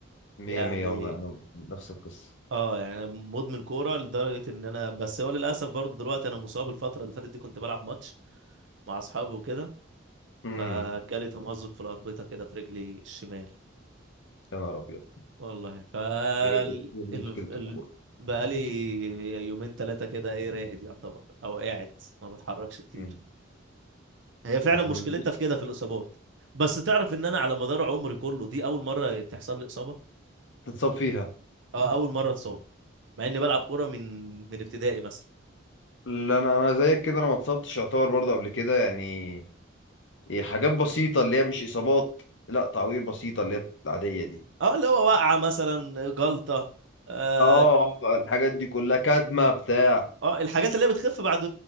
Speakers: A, on the left (about 65°); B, on the right (about 65°).
A: مية
B: يعني
A: مية والله انا نفس القصة
B: اه يعني أنا مدمن كورة لدرجة ان انا بس هو للاسف برضه دلوقتي انا مصاب الفترة اللي فاتت دي كنت بلعب ماتش مع اصحابي وكده
A: امم
B: فجالي تمزق في الأربطة كده في رجلي الشمال
A: يا نهار ابيض
B: والله ف ال...
A: هي هي دي مشكلة
B: ال... ال...
A: الكورة
B: بقالي يومين ثلاثة كده ايه راقد يعتبر او قاعد ما بتحركش كتير
A: امم
B: هي فعلا
A: احنا
B: مشكلتها
A: بنبص
B: في كده في الإصابات بس تعرف ان انا على مدار عمري كله دي اول مرة تحصل لي إصابة
A: تتصاب فيها
B: اه اول مرة اتصاب مع اني بلعب كورة من من ابتدائي مثلا
A: لا انا انا زيك كده انا ما اتصبتش يعتبر برضه قبل كده يعني إيه حاجات بسيطة اللي هي مش اصابات لا تعوير بسيطة اللي هي العادية دي
B: اه اللي هو وقعة مثلا جلطة اه
A: اه آه، الحاجات دي كلها كدمة بتاع
B: آه، الحاجات اللي هي بتخف بعد